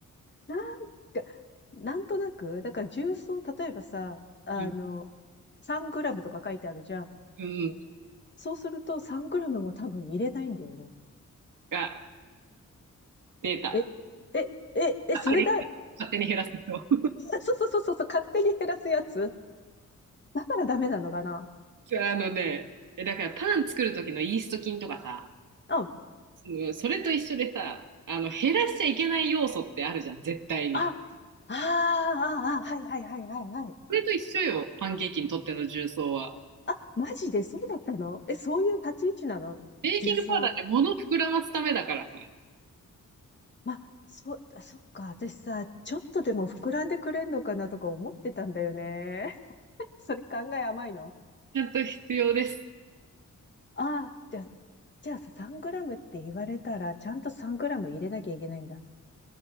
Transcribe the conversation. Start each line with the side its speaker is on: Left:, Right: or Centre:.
Left: なんか、なんとなく、だから重曹、例えばさ、あの、
Right: うん、
Left: 3グラムとか書いてあるじゃん。
Right: うん、
Left: そうすると3グラムも多分入れないんだよね。
Right: あ、出た。
Left: え、え、え、え、
Right: 勝手に、
Left: それだ <laughs>
Right: 勝手に減らす人。
Left: そうそうそうそうそう、勝手に減らすやつだからダメなのかな
Right: そうあのね、えだからパン作る時のイースト菌とかさ、
Left: うん。あ、
Right: そのそれと一緒でさ、あの減らしちゃいけない要素ってあるじゃん、絶対に。
Left: ああ、ああ、はいはいはいはいはい。
Right: それと一緒よ、パンケーキにとっての重曹は。
Left: あ、マジでそうだったのえ、そういう立ち位置なの重曹。
Right: ベーキングパウダーって物を膨らますためだからさ、
Left: まあ、そう、あそっか。私さ、ちょっとでも膨らんでくれんのかなとか思ってたんだよね。それ考え甘いの
Right: ちゃんと必要です。
Left: ああ、じゃあ、じゃあさ、3グラムって言われたら、ちゃんと3グラム入れなきゃいけないんだ。